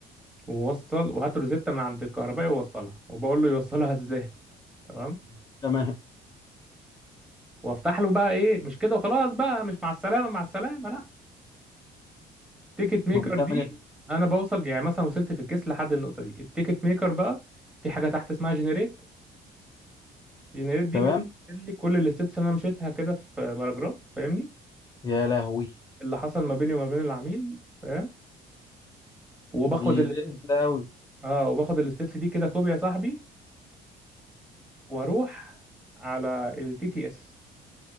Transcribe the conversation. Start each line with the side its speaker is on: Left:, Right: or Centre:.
Centre: ووصل وهات روزيتا من عند الكهربائي ووصلها وبقول له يوصلها إزاي تمام
Left: تمام
Centre: وافتح له بقى إيه مش كده وخلاص بقى مش مع السلامة مع السلامة لا التيكت ميكر
Left: ما بتعمل
Centre: دي
Left: ايه
Centre: انا بوصل يعني مثلا وصلت في الكيس لحد النقطه دي التيكت ميكر بقى في حاجه تحت اسمها جنريت جنريت دي
Left: تمام
Centre: بتقول لي كل الستبس اللي انا مشيتها كده في باراجراف فاهمني
Left: يا لهوي
Centre: اللي حصل ما بيني وما بين العميل فاهم وباخد
Left: دي
Centre: ال...
Left: لسه قوي
Centre: اه وباخد الستبس دي كده كوبي يا صاحبي واروح على التي تي اس